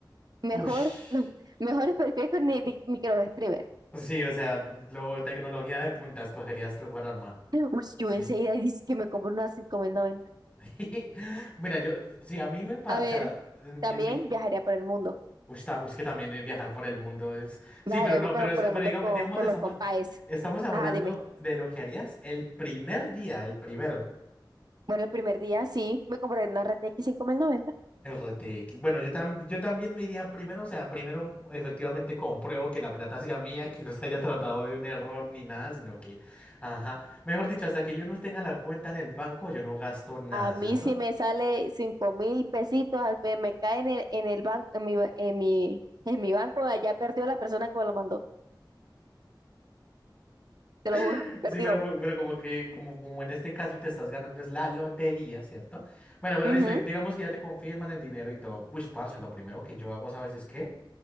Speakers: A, on the right; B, on the left.
A: Mejor,
B: Ush.
A: los mejores periféricos ni, ni, ni que los streamers.
B: Pues Sí, o sea, lo, tecnología de punta escogerías tú para armar.
A: Uy, yo
B: Sí.
A: enseguida dice que me compro una 5090.
B: <laughs> Mira, yo, sí, a mí me pasa,
A: A ver,
B: o sea, en,
A: también
B: en mi.
A: viajaría por el mundo.
B: Uy, está- uy, es que también el viajar por el mundo es. Sí,
A: Viajaré
B: pero no,
A: por,
B: pero, es,
A: por el
B: pero
A: mundo
B: diga-
A: con,
B: digamos,
A: con
B: estamos,
A: los compaes.
B: estamos hablando
A: Ajá, dime.
B: de lo que harías el primer día, el primero.
A: Bueno, el primer día sí, me compré una RTX noventa.
B: El RTX. Bueno, yo, tam- yo también me iría primero, o sea, primero efectivamente compruebo que la plata sea mía, que no se haya tratado de un error ni nada, sino que, ajá, mejor dicho, hasta que yo no tenga la cuenta en el banco, yo no gasto nada,
A: A mí
B: ¿cierto?
A: sí me sale cinco mil pesitos, al pe- me cae en el, en el banco, en mi, ba- en mi, en mi banco, allá perdió la persona que me lo mandó, te lo juro,
B: <laughs>
A: <laughs> perdió.
B: Sí, pero, po- pero como que, como, como en este caso te estás ganando es la lotería, ¿cierto? Bueno, pero
A: Ujú.
B: listo, y digamos que ya te confirman el dinero y todo. Uy, parce, lo primero que yo hago, ¿sabes es qué?